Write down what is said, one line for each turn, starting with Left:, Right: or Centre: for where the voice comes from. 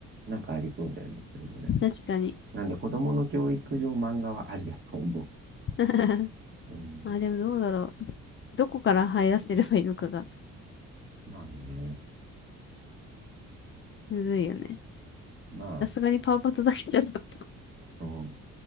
Right: なんかありそうだよね、そういうのね。
Left: 確かに。
Right: なんで子供の教育上漫画はありだと思
Left: <laughs>
Right: う。うん、
Left: あ、でもどうだろう。どこから這い出せればいいのかが、
Right: まあね。
Left: むずいよね。
Right: まあ、
Left: さすがにパワーパッドだけじゃちょっと。
Right: そう。